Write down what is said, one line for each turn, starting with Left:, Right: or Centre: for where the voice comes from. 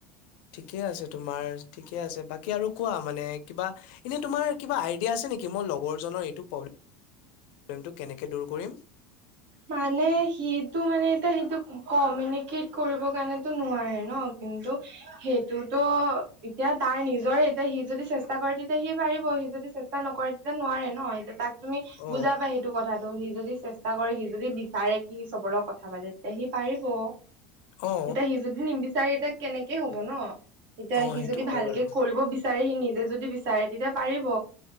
Left: ঠিকে আছে তোমাৰ, ঠিকে আছে । বাকী আৰু কোৱা মানে, কিবা এনে, তোমাৰ কিবা আইডি য়া আছে নেকি? মই লগৰজনৰ এইটো প্ৰব্লেমটো কেনেকে দূৰ কৰিম?
Right: মানে সিটো মানে এতিয়া সেইটো কমিউনিকেট কৰিবৰ কাৰণেতো নোৱাৰে ন'? কিন্তু সেইটোতো এতিয়া তাৰ নিজৰে এতিয়া সি যদি চেষ্টা কৰে তেতিয়া সি পাৰিব। সি যদি চেষ্টা নকৰে, তেতিয়া নোৱাৰে ন' । এতিয়া তাক তুমি
Left: অ
Right: বুজাবা সেইটো কথাটো। সি যদি চেষ্টা কৰে সি যদি বিচাৰে কি সি চবৰ লক কথা পাতে, তেতিয়া সি পাৰিব ।
Left: অ
Right: এতিয়া সি যদি নিবিচ চাৰে এতিয়া কেনেকে হ'ব ন' । এতিয়া
Left: অ
Right: সি
Left: সেইটো
Right: যদি
Left: হয়
Right: ভালকে
Left: বাৰু
Right: কৰিব বিচ চাৰে, সি নিজে যদি বিচাৰে, তেতিয়া পাৰিব।